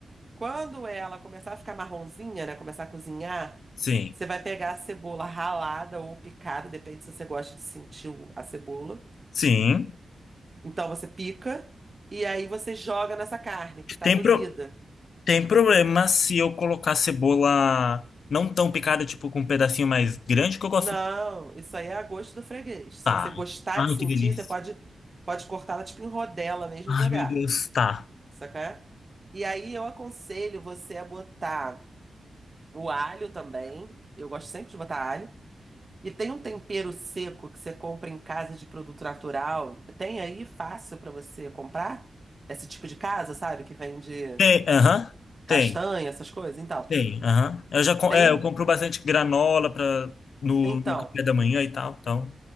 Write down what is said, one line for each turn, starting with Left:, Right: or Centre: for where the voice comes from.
Right: Quando ela começar a ficar marronzinha, né? Começar a cozinhar,
Left: Sim.
Right: você vai pegar a cebola ralada ou picada, depende se você gosta de sentir o- a cebola.
Left: Sim.
Right: Então você pica e aí você joga nessa carne que tá
Left: Tem,
Right: cozida.
Left: pro, tem problema se eu colocar cebola não tão picada, tipo com um pedacinho mais grande que eu gosto.
Right: Não, isso aí é a gosto do freguês. Se
Left: Tá.
Right: você gostar
Left: Ai,
Right: de sentir,
Left: que delícia.
Right: você pode, pode cortar ela tipo em rodela mesmo
Left: Ai,
Right: e jogar.
Left: meu Deus. Tá.
Right: Saca? E aí eu aconselho você a botar o alho também. Eu gosto sempre de botar alho. E tem um tempero seco que você compra em casa de produto natural. Tem aí fácil pra você comprar? Esse tipo de casa, sabe? Que vende
Left: Tem, aham. Tem.
Right: castanha, essas coisas. Então,
Left: Sim, aham. Eu já com-
Right: tem
Left: é,
Right: um.
Left: eu compro bastante granola para no,
Right: Então,
Left: no café da manhã e tal, então.